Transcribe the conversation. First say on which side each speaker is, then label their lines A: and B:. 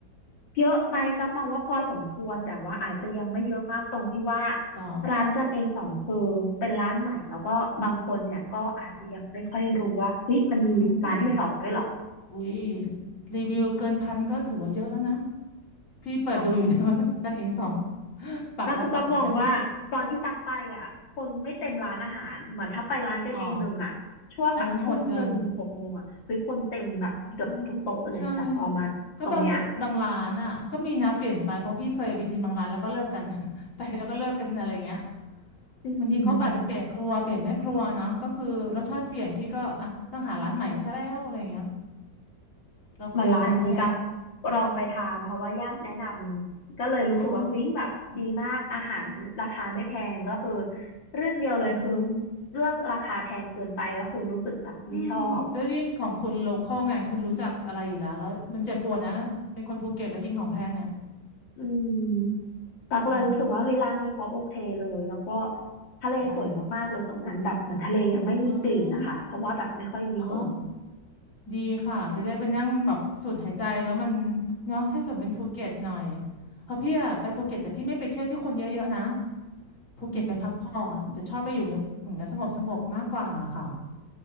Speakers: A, on the left; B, on the left.
A: เยอะไหมตักมองว่าพอสมควรแต่ว่าอาจจะยังไม่เยอะมากตรงที่ว่า
B: หรอ
A: ร้านกันเองสองคือเป็นร้านใหม่แล้วก็บางคนเนี่ยก็อาจจะยังไม่ค่อยรู้ว่าเฮ้ยมันมีร้านที่สองด้วยเหรอ
B: อืมอุ้ยรีวิวเกินพันก็ถือว่าเยอะแล้วนะพี่เปิดดูอยู่
A: ตั
B: <laughs> เนะว่ากันเองส่องปักและปักเหมือนกัน
A: กตักมองว่าตอนที่ตักไปอ่ะคนไม่เต็มร้านอาหารเหมือนถ้าไปร้านกันเองหนึ่งอ่ะช่วงแบบทุ่มหนึ่งหกโมงอ่ะเฮ้ยคนเต็มแบบเกือบทุกโต๊ะเลยแต่พอมาตรงเนี้ย
B: อ๋ออันนั้นโหดเกิน อืมใช่ก็บางบางร้านอ่ะก็มีนะเปลี่ยนไปเพราะพี่เคยไปกินบางร้านแล้วก็เลิกกัน <laughs> ไปแล้วก็เลิกกันอะไรอย่างเงี้ย
A: อืม
B: บางทีเขาอาจจะเปลี่ยนครัวเปลี่ยนแม่ครัวเนาะก็คือรสชาติเปลี่ยนพี่ก็อ่ะต้องหาร้านใหม่ซะแล้วอะไรอย่างเงี้ยเราเคยรักกันแท้
A: เหมันร้านนี้ตักลองไปทานเพราะว่าญาติแนะนำก็เลยรู้สึกว่าเฮ้ยแบบดีมากอาหารราคาไม่แพงก็คือ
B: อ๋อ
A: เรื่องเดียวเลยคือ
B: อืม
A: เรื่องราคาแพงเกินไปก็คือรู้สึกแบบไม่ชอบ
B: อืมแล้วยิ่งของคุณโลคอลไงคุณรู้จักอะไรอยู่แล้วแล้วมันเจ็บปวดนะเป็นคนภูเก็ตแล้วกินของแพงเนี่ย
A: อืมอืมตักเลยรู้สึกว่าเฮ้ยร้านนี้เขาโอเคเลยแล้วก็
B: เนาะ
A: ทะเลสวยมากๆเลยตรงนั้นแบบเหมือนทะเลยังไม่มีกลิ่นนะคะเพราะว่าแบบไม่ค่อยมีคน
B: ได้อ๋ออ๋อ ดีค่ะจะได้ไปนั่งแบบสูดหายใจแล้วมันเนาะให้สมเป็นภูเก็ตหน่อยเพราะพี่อะไปภูเก็ตแต่พี่ไม่ไปเที่ยวที่คนเยอะๆนะภูเก็ตไปพักผ่อนจะชอบไปอยู่อย่างเงี้ยอย่างเงี้ยสงบสงบมากกว่าค่ะ
A: อืม